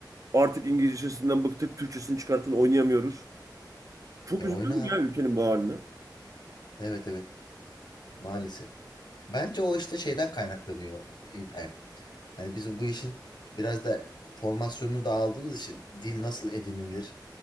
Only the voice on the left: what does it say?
E oyna.
Evet evet. Maalesef. Bence o işte şeyden kaynaklanıyor İbrahim. Hani biz bu işin biraz da formasyonunu da aldığımız için dil nasıl edinilir